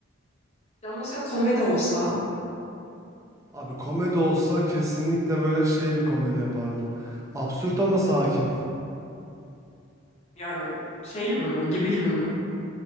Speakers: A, on the left (about 30°); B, on the right (about 15°).
A: Ya mesela komedi olsa
B: Abi komedi olsa kesinlikle böyle şey bir komedi yapardım. Absürt ama sakin.
A: yani şey gibi mi? Gibi gibi mi?